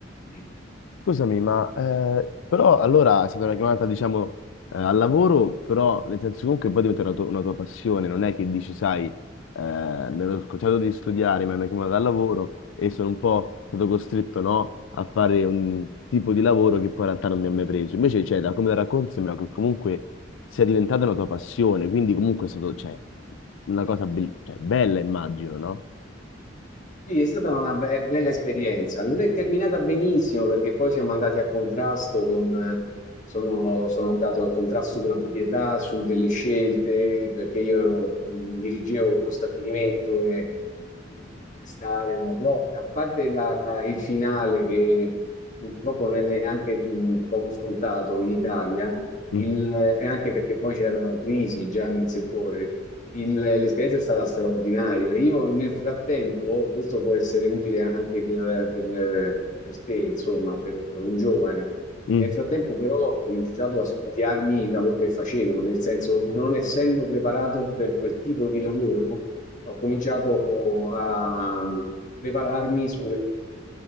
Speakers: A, on the left; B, on the left.
A: eh,
B: Scusami, ma eh, però allora è stata una chiamata, diciamo, eh, al lavoro, però nel senso comunque poi diventa una, tua una tua passione, non è che dici, sai, eh, mi ero scocciato di studiare, mi hanno chiamato al lavoro e sono un po' stato costretto, no, a fare un tipo di lavoro che poi in realtà non mi ha mai preso. Invece, cioè, da come la racconti sembra che comunque sia diventata una tua passione, quindi comunque è stato, cioè, una cosa bell- cioè, bella, immagino, no?
A: Sì, è stata una be bella esperienza. Non è terminata benissimo perché poi siamo andati a contrasto con, sono, sono andato a contrasto con la proprietà su delle scelte perché io ero, mh, dirigevo uno stabilimento e testare, no? Però a parte la- la- il finale che purtroppo non è neanche mh, poco scontato in Italia,
B: Mhm,
A: il- è anche perché poi c'erano crisi già nel settore il- l'esperienza è stata straordinaria. Io nel frattempo, questo può essere utile anche per, per- per te, insomma, per, per un giovane.
B: mhm,
A: Nel frattempo però ho cominciato a studiarmi il lavoro che facevo, nel senso non essendo preparato per quel tipo di lavoro, ho cominciato a, a prepararmi sulle